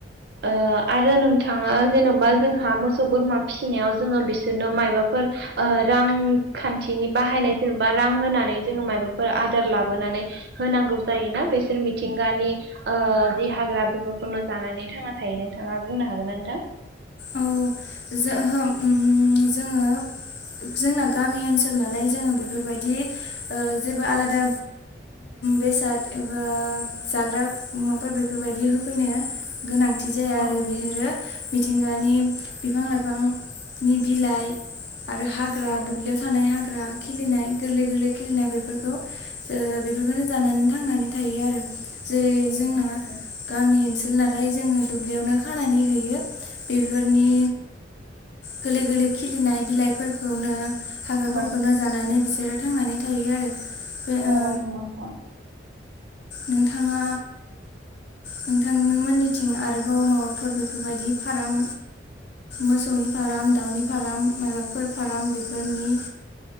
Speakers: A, on the right; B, on the left.
A: ओ आरो नोंथाङा जेन'बा जोंहा मोसौ बोरमा फिसिनायाव जोङो बिसोरनो मायबाफोर ओ रांखान्थिनि बाहायनाय जेनेबा रां होनानै जोङो माइबाफोर आदार लाबोनानै होनांगौ जायोना बिसोर मिथिंगानि ओ जि हाग्रा बेफोरखौनो जानानै थांना थायो नोंथाङा बुंनो हागोन ना नोंथां?
B: औ जोहोम जोङो जोंना गामि ओनसोल नालाय जोङो बेफोरबायदि ओ जेबो आलादा बेसाद एबा जाग्रा मुवाफोर बेफोरबायदि होफैनो गोनांथि जाया
A: औ
B: आरो बिहोरो मिथिंगानि बिफां लाइफांनि बिलाइ आरो हाग्रा
A: औ
B: दुब्लियाव थानाय हाग्रा खिलिनाय गोरलै गोरलै खिलिनाय बेफोरखौ ओ बेफोरखौनो जानानै थांनानै थायो आरो। जेरै
A: औ नंगौ नोंथां
B: जोंना गामि ओनसोल नालाय जोङो दुब्लियावनो खानानै होयो। बेफोरनि
A: औ
B: गोरलै गोरलै खिलिनाय बिलाइफोरखौनो हाग्राफोरखौनो
A: औ
B: जानानै बिसोरो थांनानै थायो आरो। बे
A: नंगौ
B: ओ
A: नंगौ नोंथां।
B: नोंथाङा नोंथांमोननि
A: औ
B: थिं आरोबाव माबाफोर बेफोरबायदि फाराम मोसौनि फाराम, दाउनि फाराम, माइबाफोर फाराम बेफोरनि